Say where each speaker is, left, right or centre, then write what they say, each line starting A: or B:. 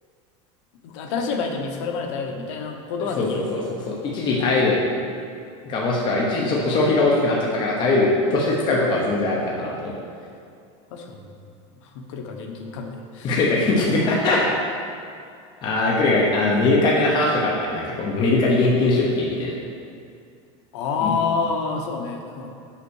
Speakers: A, on the left; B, on the left.
A: 新しいバイト見つかるまで耐えるみたいなことはできるよね。
B: <laughs> そうそうそうそう、そう一時耐えるか、もしくは一時ちょっと消費が大きくなっちゃったから耐えるとして使うことは全然ありだなと思った。
A: 確かに。<laughs> 来るか現金かみたい
B: <laughs> クレカ現金が <laughs> あー、クレカ、あー、メルカリの話とかあってなんかこう、メルカリ現金出品みたいな。
A: な。ああ、
B: ん
A: そうね。そ